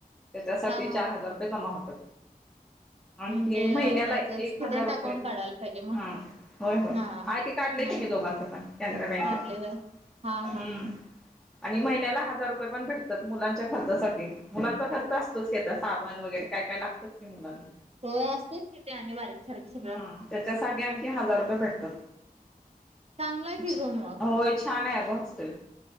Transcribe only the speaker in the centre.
त्याच्यासाठी
चार हजार रुपये जमा होतात. आणखी
महिन्याला
आहे एक
हजार रुपये
हा होय होय
ते काढले.
मी
दोघांचं पण कॅनडा बँकेत
हम्म.
आणि महिन्याला हजार रुपये पण भेटतात मुलांच्या खर्चासाठी मुलांचा खर्च असतोच का त्या साबण वगैरे काय काय लागतंच की मुलांना
हा त्याच्यासाठी आणखी हजार रुपये भेटतात.
अच्छ
होय छान आहे अगं हॉस्टेल.